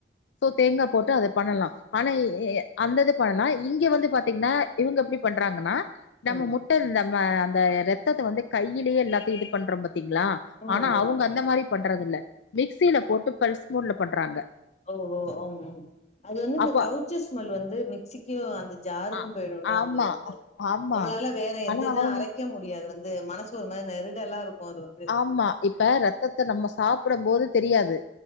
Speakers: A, on the left; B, on the left.
A: சோ தேங்கா போட்டு அத பண்ணலா ஆனா அந்த இது பண்ணலா இங்க வந்து பாத்தீங்கன்னா இவுங்க எப்டி பண்றாங்கன்னா நம்ம
B: ம்
A: முட்ட நம்ம அந்த ரத்தத்த வந்து கைலயே எல்லாத்தயு இது பண்றோ பாத்தீங்களா
B: ம்
A: ஆனா
B: ம்
A: அவுங்க அந்த மாரி பண்றது இல்ல மிக்சியில போட்டு பல்ஸ் மூட்ல பண்றாங்க
B: ஓஹோ ம் ம் அது வந்து இந்த
A: அப்போ
B: கவுச்சு ஸ்மெல் வந்து மிக்சிக்கு அந்த ஜாருக்கு
A: ஆ
B: போயிடும்ல
A: ஆமா
B: வந்து வந்து
A: ஆமா
B: நம்மளால வேற எந்த
A: ஆனா
B: இது
A: அவங்க
B: அரைக்க முடியாது வந்து மனசு ஒரு மாரி நெருடல்லா இருக்கு அது வந்து
A: அம்மா இப்ப ரத்தத்த நம்ம சாப்படம் போது தெரியாது